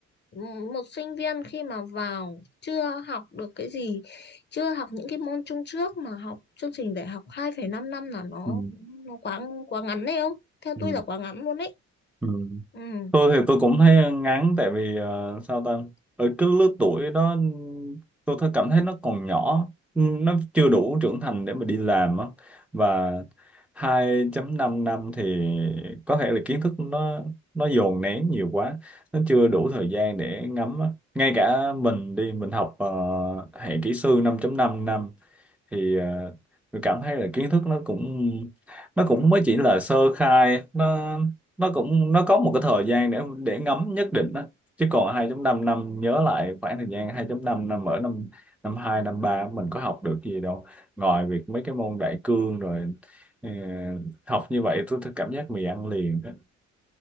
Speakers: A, on the left; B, in the centre.
A: ừm, một sinh viên khi mà vào chưa học được cái gì chưa học những cái môn chung trước mà học chương trình đại học 2,5 năm năm là nó
B: ừ,
A: nó quá quá ngắn đấy không theo
B: ừ.
A: tôi là quá ngắn luôn đấy
B: ừ.
A: ừ
B: tôi thì tôi cũng thấy ngán tại vì ờ, sao ta ở cái lứa tuổi đó tôi thấy cảm thấy nó còn nhỏ nó chưa đủ trưởng thành để mà đi làm á và 2.5 năm năm thì có thể là kiến thức nó nó dồn nén nhiều quá nó chưa đủ thời gian để ngắm á. ngay cả mình đi mình học ờ, hệ kỹ sư 5.5 năm năm thì ờ, tôi cảm thấy là kiến thức nó cũng nó cũng mới chỉ là sơ khai nó nó cũng nó có một cái thời gian để để ngấm nhất định đó chứ còn 2.5 năm năm, nhớ lại khoảng thời gian 2.5 năm năm ở năm năm 2 năm 3 mình có học được gì đâu ngoài việc mấy cái môn đại cương rồi ờ, học như vậy tôi, tôi cảm giác mì ăn liền đó